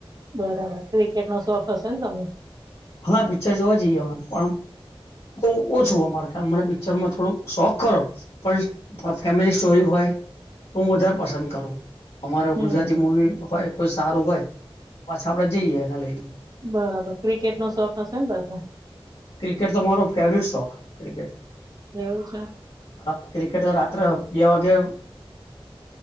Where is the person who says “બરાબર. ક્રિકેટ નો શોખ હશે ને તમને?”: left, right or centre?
Right